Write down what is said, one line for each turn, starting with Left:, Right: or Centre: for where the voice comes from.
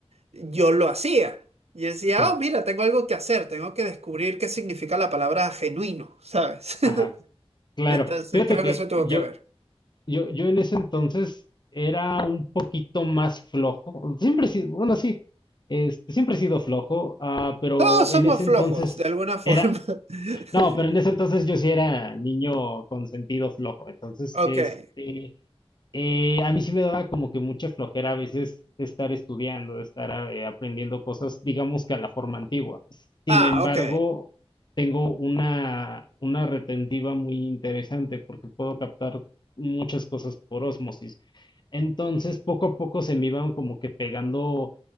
Right: yo lo hacía. Y decía,
Left: sí,
Right: oh, mira, tengo algo que hacer, tengo que descubrir qué significa la palabra genuino, <laughs> ¿sabes?
Left: ajá. Claro,
Right: Entonces,
Left: fíjate
Right: creo
Left: que
Right: que eso tuvo
Left: yo,
Right: que ver.
Left: Yo, yo en ese entonces era un poquito más flojo. Siempre he sido, bueno, sí, este, siempre he sido flojo, ah, pero
Right: Todos somos
Left: en ese
Right: flojos,
Left: entonces
Right: de alguna forma.
Left: era,
Right: <laughs>
Left: no, pero en ese entonces yo sí era niño con sentido flojo. Entonces,
Right: Ok.
Left: este, eh, a mí sí me daba como que mucha flojera a veces estar estudiando, estar eh, aprendiendo cosas, digamos que a la forma antigua. Sin
Right: Ah,
Left: embargo,
Right: ok.
Left: tengo una, una retentiva muy interesante porque puedo captar muchas cosas por ósmosis. Entonces, poco a poco se me iban como que pegando